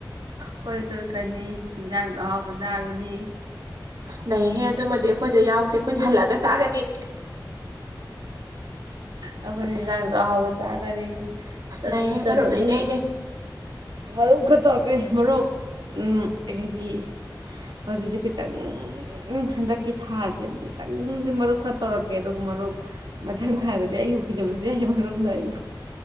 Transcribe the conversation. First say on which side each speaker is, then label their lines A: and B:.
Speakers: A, on the right; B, on the right.
A: ꯈꯣꯏꯁꯨ ꯆꯠꯀꯅꯤ ꯍꯤꯅꯖꯥꯡꯁꯨ ꯑꯍꯥꯎꯕ ꯆꯥꯔꯨꯅꯤ
B: ꯑꯁ ꯅꯩꯍꯦ ꯑꯗꯨꯃꯗꯤ ꯑꯩꯈꯣꯏꯗ ꯌꯥꯎꯗꯦ ꯑꯩꯈꯣꯏꯗꯤ ꯍꯜꯂꯛꯑꯒ ꯆꯥꯒꯅꯤ
A: ꯑꯩꯈꯣꯏꯁꯨ ꯍꯤꯟꯖꯥꯡꯁꯨ ꯑꯍꯥꯎꯕ ꯆꯥꯒꯅꯤ
B: ꯑꯁ
A: ꯆꯠꯁꯨ
B: ꯅꯩꯍꯦ
A: ꯆꯠꯂꯨꯅꯤ
B: ꯃꯔꯨꯞꯅ ꯏꯅꯩꯅꯩ꯫
A: ꯃꯔꯨꯞ ꯈꯔ ꯇꯧꯔꯛꯀꯦ ꯃꯔꯨꯞ ꯎꯃ ꯍꯥꯏꯗꯤ ꯍꯧꯖꯤꯛꯁꯦ ꯈꯤꯇꯪ ꯍꯟꯗꯛꯀꯤ ꯊꯥꯁꯦ ꯑꯃꯨꯛꯇꯪꯗꯤ ꯃꯔꯨꯞ ꯈꯔ ꯇꯧꯔꯛꯀꯦ ꯗꯨ ꯃꯔꯨꯞ ꯃꯊꯪ
B: ꯑꯩꯈꯣꯏ
A: ꯊꯥꯗ ꯎꯈꯤꯗꯕꯁꯨ ꯌꯥꯏ ꯃꯔꯨꯞꯅ ꯑꯩ